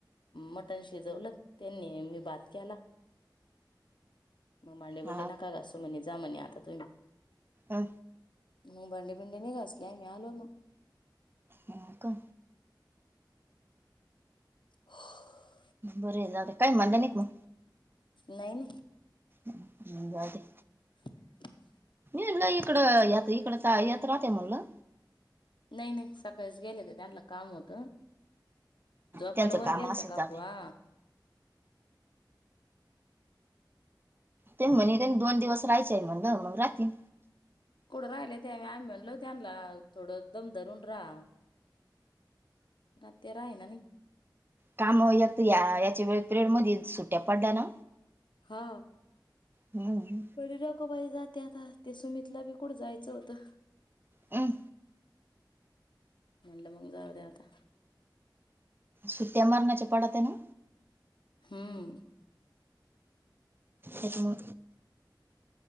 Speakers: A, on the left; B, on the right.
A: मटन शिजवलं त्यांनी मी बात केला मग मांडे
B: हा
A: बिंडे नका घासू म्हणे जा म्हणे आता तुम्ही
B: अ
A: मग भांडेपिंडीने घासलेय मी आलो मग
B: ह का
A: ह
B: बर आहे नाे काय म्हणता नाही मग
A: नाही नाही
B: ह जाे
A: <inaudible>
B: नाही इकडं यात इकड यात राहते म्हणलं
A: नाही नाही सकाळीच गेले ते त्यांलं काम होतं जोपल
B: त्यांचं
A: वरगेलते
B: काम असेल
A: काकुवा
B: जाऊ दे ते म्हणे का दोन दिवस राहायचे आहे म्हणलं मग राहतील
A: थड राहिलं त्या आ्ही म्हणलो त्यांना थोडं दम धरून राहा नातरा आहे ना नाही
B: कामत या याच्या वे पिेयड मध्ये सुट्ट्या पडल्या ना
A: हा
B: हम्म.
A: परीराको पाहि ज ते आता ते सुमितला बी कुठं जायचं होतं
B: अं,
A: म्हणलं मग जाऊ द्या आता.
B: सुट्टीया मरणाच पडते ना.
A: हम्म,
B: हेच्या मुळे,